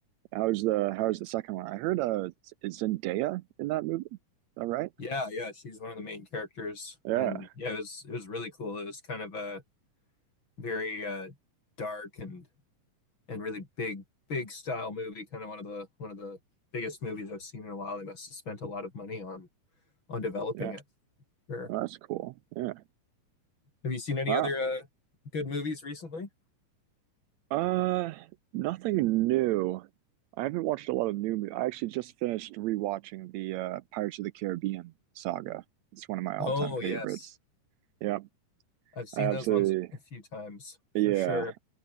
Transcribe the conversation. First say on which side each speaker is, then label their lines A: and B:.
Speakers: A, on the right (about 85°); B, on the left (about 35°).
A: how's the how's the second one? I heard uh, is Zendaya in that movie. Is that right?
B: Yeah, yeah, she's one of the main characters,
A: Yeah,
B: and yeah, it was it was really cool. It was kind of a very uh, dark and and really big big style movie. Kind of one of the one of the biggest movies I've seen in a while. They must have spent a lot of money on on developing
A: yeah.
B: it. Sure.
A: Well, that's cool. Yeah.
B: Have you seen any
A: Wow.
B: other uh, good movies recently?
A: Uh, nothing new. I haven't watched a lot of new. mo- I actually just finished rewatching the uh, Pirates of the Caribbean saga. It's one of my all-time
B: Oh
A: favorites.
B: yes.
A: Yep,
B: I've seen
A: I absolutely.
B: those ones a few times for
A: Yeah,
B: sure.